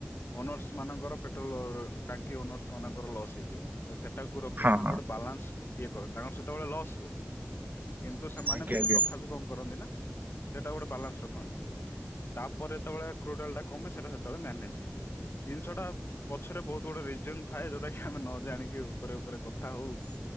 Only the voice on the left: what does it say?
ଓନର୍ସମାନଙ୍କର ପେଟ୍ରୋଲ ଓ ଟାଙ୍କି ଓନର୍ସମାନଙ୍କର ଲସ୍ ହେଇଯିବ। ତ ସେଟାକୁ ରଖିକି
ସେମାନେ
ଗୋଟେ ବାଲାନ୍ସଡ ଇଏ କରନ୍ତି, ତାଙ୍କର ସେତେବେଳେ ଲସ୍ ହୁଏ। କିନ୍ତୁ ସେମାନେ
ବି
ତଥାପି କଣ କରନ୍ତି ନା, ସେଟା ଗୋଟେ ବାଲାନ୍ସ ରଖନ୍ ତାପରେ ଯେତେବେଳେ କ୍ରୁଡାଲଟା କମେ, ସେଟା ସେ ସେତେବେଳେ ମ୍ୟାନେଜ ହେଇଯାଏ। ଜିନିଷଟା ପଛରେ ବହୁତ ଏତେ ବଡ଼ ରିଜ୍ୟୁମ୍ ଥାଏ, ଯୋଉଟାକି ଆମେ ନ ଜାଣିକି ବି ଉପରେ ଉପରେ କଥା ହଉ,